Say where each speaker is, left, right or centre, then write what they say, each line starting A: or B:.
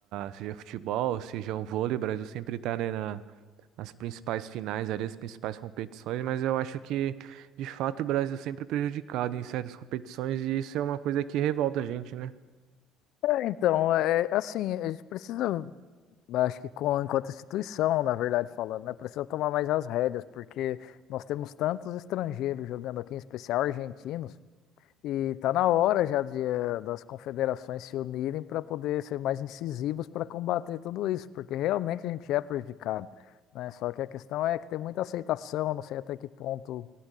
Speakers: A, on the right (about 70°); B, on the left (about 70°).
A: seja futebol, seja um vôlei, o Brasil sempre tá, né, na, nas principais finais ali, as principais competições, mas eu acho que, de fato, o Brasil sempre é prejudicado em certas competições e isso é uma coisa que revolta a gente, né?
B: É, então, é, assim, a gente precisa. Acho que com, enquanto instituição, na verdade, falando, né? Precisa tomar mais as rédeas, porque nós temos tantos estrangeiros jogando aqui, em especial argentinos, e tá na hora já de, eh, das confederações se unirem para poder ser mais incisivos para combater tudo isso, porque realmente a gente é prejudicado, né? Só que a questão é que tem muita aceitação, não sei até que ponto